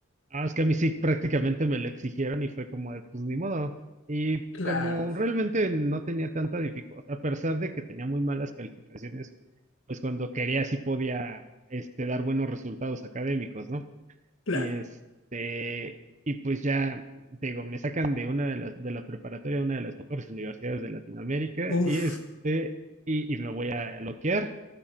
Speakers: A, on the right; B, on the left.
A: Ah, es que a mí sí prácticamente me lo exigieron y fue como de, pues ni modo. Y
B: Claro,
A: como realmente no tenía tanta dificultad, a pesar de que tenía muy malas calificaciones, pues cuando quería sí podía, este, dar buenos resultados académicos, ¿no?
B: claro.
A: Y este, y pues ya, te digo, me sacan de una de las, de la preparatoria, una de las mejores universidades de Latinoamérica,
B: Uf,
A: y este, y, y me voy a loquear.